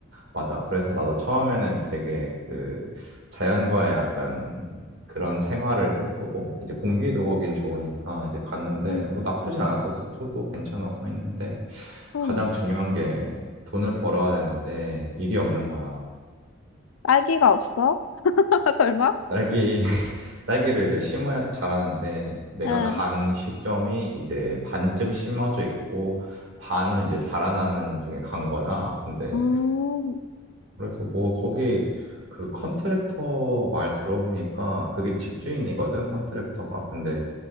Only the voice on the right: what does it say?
맞아. 그래서 나도 처음에는 되게 그 자연과의 약간 그런 생활을 꿈꾸고 이제 공기도 거긴 좋으니까 이제 갔는데
뭐 나쁘진 않았어. 숙소도 괜찮았고 했는데
가장 중요한 게 돈을 벌어야 되는데 일이 없는 거야.
딸기 <laughs> 딸기를 이제 심어야지 자라는데 내가
간 시점이 이제 반쯤 심어져 있고 반은 이제 자라나는 중에 간 거야. 근데
그래서 뭐 거기 그 컨트랙터 말 들어보니까 그게 집주인이거든, 컨트랙터가. 근데